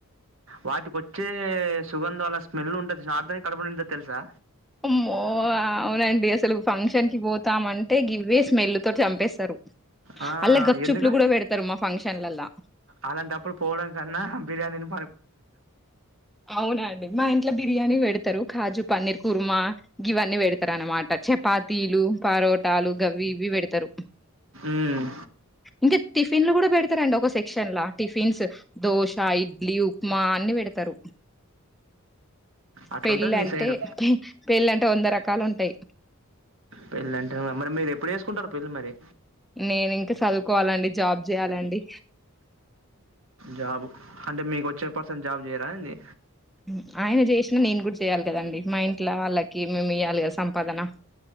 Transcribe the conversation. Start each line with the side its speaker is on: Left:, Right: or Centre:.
Right: వాటికొచ్చే సుగంధాళ స్మెల్ ఉంటద్ జూస్నవా? ఆటితోనే కడుపునిండుతది తెల్సా
Centre: మ్మో అవునండి అసలు ఫంక్షన్ కి పోతామంటే గివ్వే స్మెల్లు తోటి చంపేస్ తరు
Right: ఆ
Centre: అల్ల గప్
Right: ఎందుక
Centre: చుప్లు గూడ బెడతరు మా ఫంక్షన్లలా.
Right: అలాంటప్పుడు పోవడం కన్నా, బిర్యాన్ దిని
Centre: అవునా అండి మా ఇంట్ల బిర్యానీ బెడతరు కాజు పన్నీర్ కుర్మా గివన్నీ పెడతరన్నమాట చపాతీలు, పరోటాలు గవ్వి ఇవ్వి బెడతరు.
Right: మ్మ్
Centre: ఇంక టిఫిన్లు గూడ బెడతరండి ఒక సెక్షన్ ల టిఫిన్స్ దోశ, ఇడ్ల్ ప్మా అన్ని బెడతరు
Right: అట్లుంటది
Centre: పెళ్లంటే
Right: మీ సైడు
Centre: పె పెళ్లంటే వంద రకాలు ఉంటయి
Right: పెళ్ళంటే మరి మీరు ఎప్పుడు చేసుకుంటారు పెళ్ళి మరి
Centre: నేనింక సదువుకోవాలండి జాబ్ జేయాలండి
Right: జాబ్ అంటే మీకొచ్చే పర్సన్ట్ జాబ్ జేయడా ఏంది
Centre: ఉమ్ ఆయన జేసిన నేను గూడ చేయాలి కదండి, మా ఇంట్ల వాళ్ళకి మేమియ్యాలి గదా సంపాదన